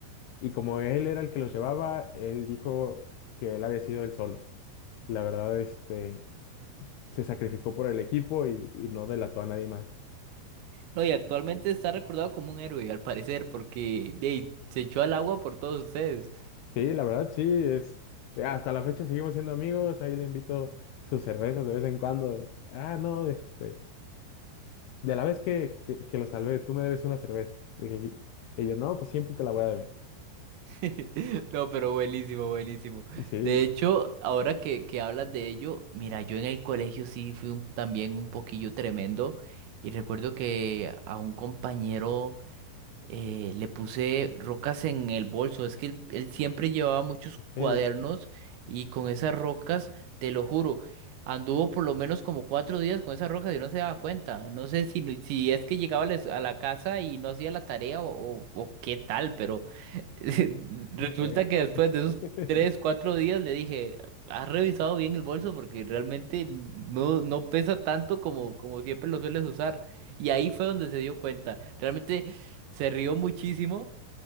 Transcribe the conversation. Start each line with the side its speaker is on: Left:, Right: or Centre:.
Left: Y como él era el que los llevaba, él dijo que él había sido él solo. La verdad, este, se sacrificó por el equipo y, y no delató a nadie más.
Right: No, y actualmente está recordado como un héroe, al parecer, porque de, ahí, se echó al agua por todos ustedes.
Left: Sí, la verdad, sí, es, hasta la fecha seguimos siendo amigos, ahí le invito sus cervezas de vez en cuando, de, ah, no, este, de la vez que, que, que lo salvé, tú me debes una cerveza. Y, dije, "Sí". y yo, no, pues siempre te la voy a deber.
Right: <laughs> No, pero buenísimo, buenísimo.
Left: Y Sí,
Right: De hecho, ahora que, que hablas de ello, mira, yo en el colegio sí fui un- también un poquillo tremendo y recuerdo que a un compañero eh, le puse rocas en el bolso. Es que él, él siempre llevaba muchos cuadernos
Left: hey.
Right: y con esas rocas, te lo juro, anduvo por lo menos como cuatro días con esas rocas y no se daba cuenta. No sé si, no- si es que llegaba a la es- a la casa y no hacía la tarea o, o, o qué tal, pero <laughs> resulta
Left: eh,
Right: que después de esos
Left: <laughs>
Right: tres, cuatro días le dije, ¿has revisado bien el bolso? Porque realmente no, no pesa tanto como, como siempre lo sueles usar. Y ahí fue donde se dio cuenta. Realmente se rió muchísimo